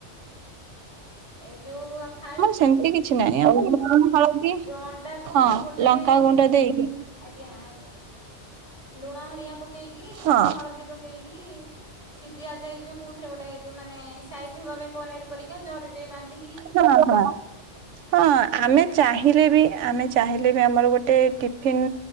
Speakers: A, on the left; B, on the right.
A: ଏ ଯୋଉ ଆମ ଫାଷ୍ଟ୍
B: ସେମତି କିଛି ନାହିଁ ଆଉ ହଳଦୀ
A: ଯୋଉ ଅଣ୍ଡାକୁ
B: ହଁ
A: ଗୋଟେ
B: ଲଙ୍କାଗୁଣ୍ଡ ଦେଇକି
A: ଆଜ୍ଞା ଆଜ୍ଞା। ଲୁଣ ହେରିଆ ପକେଇକି
B: ହଁ।
A: ହଳଦୀ ପକେଇକି ସିଝିଆ ଯାଏ ଯଉ କୋଉଥିରେ ଗୋଟେ ଯଉ ମାନେ ସାଇଜ ହବା ପାଇଁ ପନିର ପରିକା ଜରିରେ ବାନ୍ଧିକି
B: ହଁ ହଁ। ହଁ ଆମେ ଚାହିଁଲେ ବି ଆମେ ଚାହିଁଲେ ବି ଆମର ଗୋଟେ ଟିଫନ୍